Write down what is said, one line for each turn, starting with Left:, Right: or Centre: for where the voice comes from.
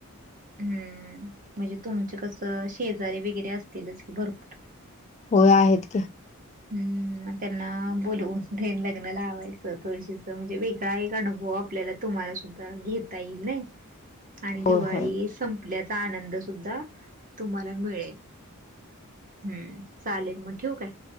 Right: हं. म्हणजे तुमचं कसं शेजारे वगैरे असतीलच की भरपूर.
Left: होय आहेत की.
Right: हं. मग त्यांना बोलवून तेन लग्न लावायचं तुळशीच. म्हणजे वेगळा एक अनुभव हो आपल्याला तुम्हाला सुद्धा घेता येईल नाही. आणि
Left: होय
Right: दिवाळी
Left: होय
Right: सं पल्याचा आनंद सुद्धा तुम्हाला मिळेल. हं. चालेल मग ठेऊ काय?